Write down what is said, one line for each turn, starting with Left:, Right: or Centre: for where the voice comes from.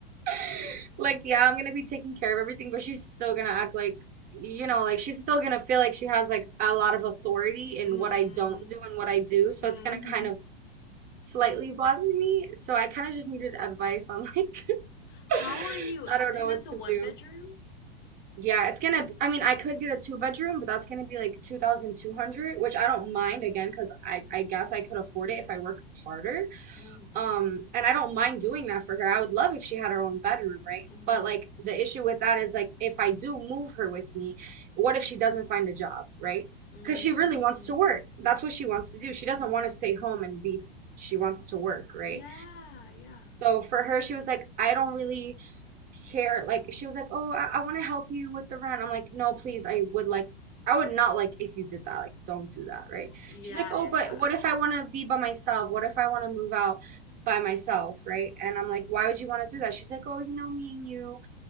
Right: <laughs> Like, yeah, I'm gonna be taking care of everything, but she's still gonna act like, you know, like she's still gonna feel like she has like a lot of authority in
Left: Mm.
Right: what I don't do and what I do. So
Left: hmm
Right: it's gonna kind of slightly bother me. So I kind of just needed advice on like,
Left: How
Right: <laughs>
Left: are you? Because
Right: I don't know what
Left: it's a
Right: to
Left: one
Right: do.
Left: bedroom.
Right: Yeah, it's gonna, I mean, I could get a two bedroom, but that's gonna be like 2,200, which I don't mind again, because I, I guess I could afford it if I work harder.
Left: Mm.
Right: Um, and I don't mind doing that for her. I would love if she had her own bedroom, right?
Left: hmm
Right: But like the issue with that is like if I do move her with me, what if she doesn't find a job, right?
Left: Mm.
Right: Because she really wants to work. That's what she wants to do. She doesn't
Left: Mm.
Right: want to stay home and be, she wants to work, right?
Left: Yeah. Yeah.
Right: So for her, she was like, I don't really care. Like she was like, "Oh, I, I want to help you with the rent." I'm like, "No, please. I would like I would not like if you did that. Like don't do that, right?"
Left: Yeah.
Right: She's like, "Oh,
Left: Yeah.
Right: but
Left: Yeah.
Right: what if I want to be by myself? What if I want to move out by myself, right?" And I'm like, "Why would you want to do that?" She's like, "Oh, you know me and you,